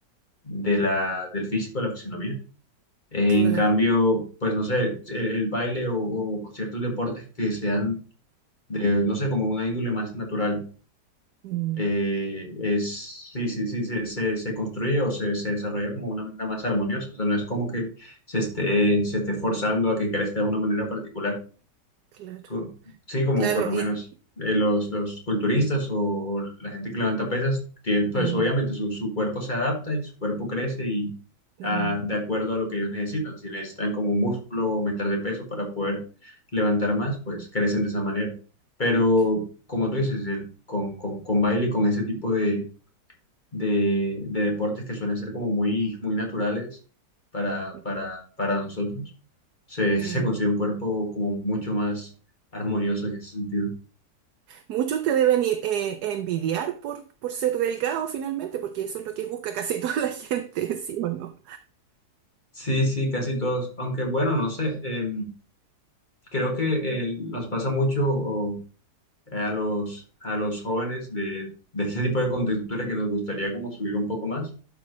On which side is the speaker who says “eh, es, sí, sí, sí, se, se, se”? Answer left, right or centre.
Left